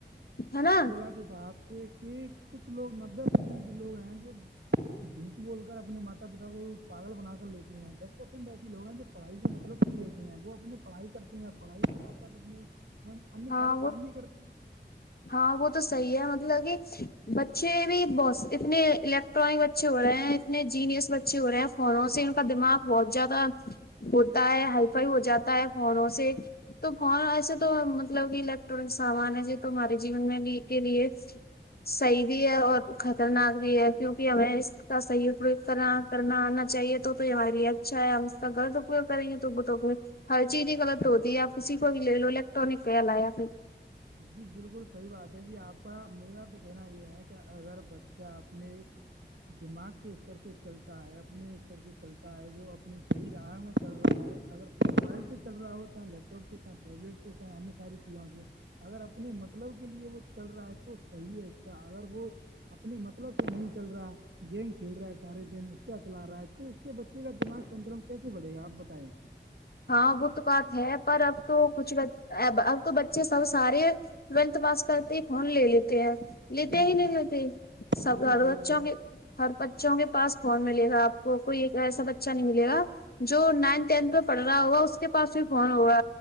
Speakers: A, on the left (about 55°); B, on the right (about 80°).
A: ہے نا
B: <inaudible> یہ کہ کچھ لوگ نبے پرسنٹ لوگ ہیں جو جھوٹ بول کر اپنے ماتا پتا کو پاگل بنا کر لیتے ہیں دس پرسینٹ ایسی لوگ ہیں جو پڑھائی کے مطلب ہی لیتے ہیں وہ اپنے پڑھائی کرتے ہیں پڑھائی کے ساتھ ساتھ اپنے ہم انیہ
A: ہاں
B: سارے
A: وہ
B: کام ہی کرتے ہیں
A: ہاں وہ تو صحیح ہے مطلب کہ بچے بھی ب اتنے پٹرک بچے ہو رہے ہیں اتنے جینئس بچے ہو رہے ہیں فونوں سے ان کا دماغ بہت زیادہ ہوتا ہے ہائی فائی ہو جاتا ہے فونوں سے تو کون ایسے تو مطلب کہ الیکٹرانک سامان ہے جو تمارے جین میں کے لیے صحیح بھی ہے اور خطرناک بھی ہے کیونکہ ہمیں اس کا صحیح اپریگ کرنا کرنا آنا چاہیے تو یہ ہماراریے اچھا ہے ہم اس کا غلط اپیوگ کریں گے تو وہ تو ہر چیز ہی غلط ہوتی ہے آپ کسی کو بھی لے لو الیکٹرانک کا لا یا پھر
B: جی بالکل صحیح بات ہے جی آپ کا میرا تو کہنا یہ ہے کہ اگر بچہ اپنے دماغ کے استر سے چلتا ہے اپنے استر سے چلتا ہے وہ اپنی صحیح راہ میں چل رہا ہے اگر موبائل سے چل رہا ہو چاہے لیپ ٹاپ سے چاہ ٹیبلیٹ سے چاہےیہ ساری چیزوں سے اگر اپنے مطلب کے لیے وہ چل رہا ہے تو صحیح ہے کیا اگر وہ اپنے مطلب سے نہیں چل رہا گیم کھیل رہا ہے سارے دن اس کا چلا رہا ہے تو اس کے بچے کا دماغ سترم کیسے بڑے گا آپ بتائیں
A: ہاں وہ تو بات ہے پر اب تو کچھ اب تو بچے سب سارے ٹویلتھ پاس کرتے ہی فون لے لیتے ہیں لیتے
B: جی
A: ہی
B: بالکل
A: نہیں لیتے
B: جی
A: سب
B: بالکل صحیح بات ہے
A: کے ہر بچوں کے پس فون ملے گا آپ کوئی ایسا بچہ نہیں ملے گ جو نائن ٹینتھ میں پڑ رہا ہوا اس کے پاس بھی فون ہوا